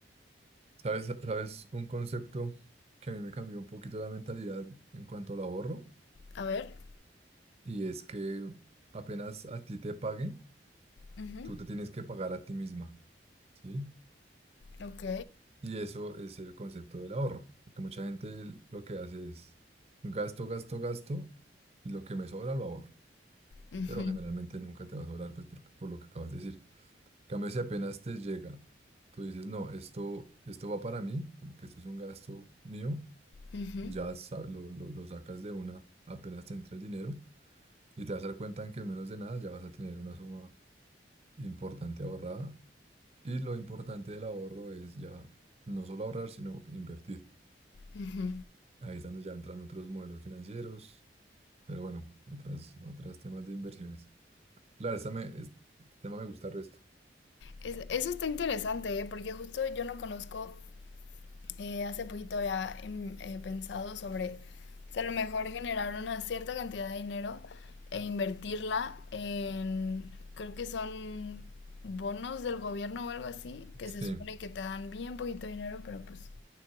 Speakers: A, on the right (about 35°); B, on the left (about 75°).
A: ¿Sabes, sabes un concepto que a mí me cambió un poquito la mentalidad en cuanto al ahorro?
B: A ver.
A: Y es que apenas a ti te paguen,
B: Ujú.
A: tú te tienes que pagar a ti misma, ¿sí?
B: Ok.
A: Y eso es el concepto del ahorro, porque mucha gente lo que hace es gasto, gasto, gasto, y lo que me sobra lo ahorro,
B: Ujú,
A: pero generalmente nunca te va a sobrar, pues por, por lo que acabas de decir. cambio, si apenas te llega, tú dices, no, esto, esto va para mí, como que esto es un gasto mío,
B: ujú,
A: ya sa- lo, lo- lo sacas de una, apenas te entra el dinero y te vas a dar cuenta en que en menos de nada ya vas a tener una suma importante ahorrada. Y lo importante del ahorro es ya no solo ahorrar, sino invertir.
B: ujú.
A: Ahí es donde ya entran otros modelos financieros, pero bueno, otras, otras temas de inversiones. Claro, esta me- este tema me gusta el resto.
B: Es- eso está interesante, ¿eh? Porque justo yo no conozco, eh, hace poquito había em, eh, pensado sobre si a lo mejor generar una cierta cantidad de dinero e invertirla en, creo que son bonos del gobierno o algo así, que
A: Sí.
B: se supone que te dan bien poquito dinero, pero pues